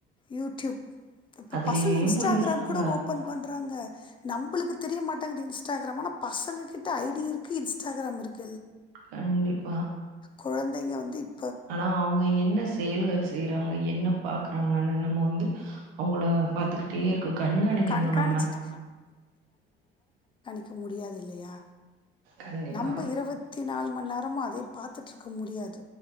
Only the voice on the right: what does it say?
அதுலயே
முழுகிடுறாங்க
கண்டிப்பா
ஆனா அவங்க என்ன செயல்கள் செய்யறாங்க என்ன பாக்கறாங்கன் நம்ம வந்து அவங்கள பாத்துக்கிட்டே இருக் கண்காணிக்கணு
நம்ம
கண்டிப்பா